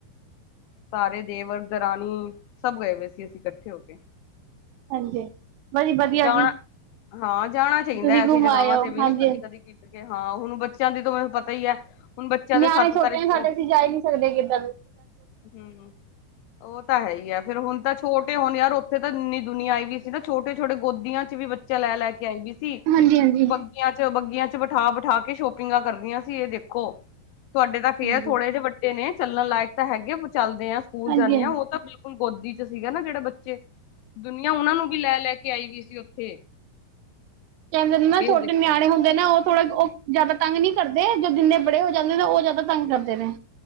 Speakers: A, on the left; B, on the right.
A: ਤਾਰੇ ਦੇਵਰ ਦਰਾਨ ਸਭ ਗਏ ਹੋਏ ਸੀ ਅਸੀਂ ਇਕੱਠੇ ਹੋ ਕੇ
B: ਹਾਂਜੀ ਵ ਜੀ ਵਧੀਆ
A: ਜਾਣਾ
B: ਜੀ
A: ਹਾਂ ਜਾਣਾ ਚਾਹੀਦਾ
B: ਤੁਸੀਂ
A: ਐਸੀ
B: ਘੁੰਮ
A: ਜਗਾਵਾਂ
B: ਆਏ ਹੋ
A: ਤੇ ਵੀ
B: ਹਾਂਜੀ
A: ਨਾ ਕਦੀ ਕਦੀ ਹਾਂ ਹੁਣ ਬੱਚਿਆਂ ਦੀ ਤਾਂ ਮੈਨੂੰ ਪਤਾ ਹੀ ਹੈ ਹੁਣ ਬੱਚਿਆਂ
B: ਨਿਆਣੇ
A: ਦੇ ਸੱਤ
B: ਛੋਟੇ
A: ਤਾਰੀਖ
B: ਨੇ
A: ਤੋਂ
B: ਸਾਡੇ ਅਸੀਂ ਜਾ ਹੀ ਨੀ ਸਕਦੇ ਕਿੱਦਾਂ ਨੂੰ
A: ਹਮ ਉਹ ਤਾਂ ਹੈ ਹੀ ਆ ਫ਼ਿਰ ਹੁਣ ਤਾਂ ਛੋਟੇ ਹੁਣ ਯਾਰ ਉੱਥੇ ਤਾਂ ਇੰਨੀ ਦੁਨੀਆਂ ਆਈ ਵੀ ਸੀ ਨਾ ਛੋਟੇ ਛੋਟੇ ਗੋਦੀਆਂ ਚ ਵੀ ਚਲਾੈ ਲੈ ਕੇ ਆਈ ਵੀ ਸੀ
B: ਹਾਂਜੀ ਹਾਂਜੀ
A: ੀਆਂ ਚ ਬੱਗੀਆਂ ਚ ਬਿਠਾ ਬਿਠਾ ਕੇ ਸ਼ੋਪਿੰਗਾਂ ਕਰਦੀਆਂ ਸੀ ਇਹ ਦੇਖੋ ਤੁਹਾਡੇ ਤਾਂ
B: ਹਾਂਜੀ
A: ਫੇਅਰ ਥੋੜੇ ਜਿਹੇ ਵੱਡੇ ਨੇ ਚੱਲਣ ਲਾਇਕ ਤਾਂ ਹੈਗੇ ਚੱਲਦੇ ਆਾਂ ਸਕੂਲ
B: ਹਾਂਜੀ
A: ਜਾਂਦੇ
B: ਹਾਂਜੀ
A: ਹਾਂ ਉਹ ਤਾਂ ਬਿਲੁ ਬਿਲਕੁਲ ਗੋਦੀ ਚ ਸੀਗਾ ਨਾ ਜਿਹੜੇ ਬੱਚੇ ਦੁਨੀਆਂ ਉਹਨਾਂ ਨੂੰ ਵੀ ਲੈ ਲੈ ਕੇ ਆਈ ਵੀਈ ਸੀ ਉੱਥੇ
B: ਕਹਿੰਦੇ
A: ਇਹ
B: ਛੋਟੇ
A: ਦੇਖੋ
B: ਨਿਆਣੇ ਹੁੰਦੇ। ਨਾ ਉਹ ਥੋੜਾ ਉਹ ਜ਼ਿਆਦਾ ਤੰਗ ਨਹੀਂੀ ਕਰਦੇ ਜੋ ਦਿਿੰਨਦੇ ਬੜੇ ਹੋ ਜਾਂਦੇ ਨੇ ਉਹ ਜ਼ਿਆਦਾ ਤੰਗ ਕਰਦੇ ਨੇ।